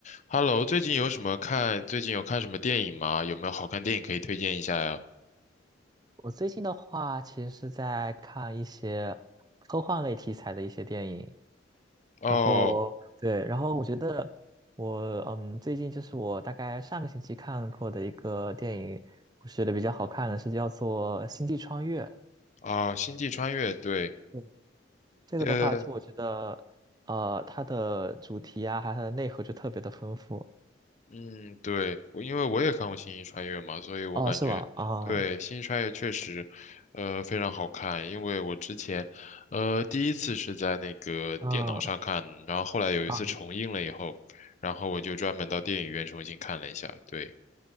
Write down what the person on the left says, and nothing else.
Hello，最近有什么看？最近有看什么电影吗？有没有好看电影可以推荐一下呀？
哦，
啊，《星际穿越》对，
呃，
嗯，对，我因为我也看过《星际穿越》嘛，所以我感觉对《星际穿越》确实，
呃，非常好看。因为我之前，呃，第一次是在那个电脑上看，
然后后来有一次重映了以后，
然后我就专门到电影院重新看了一下。对，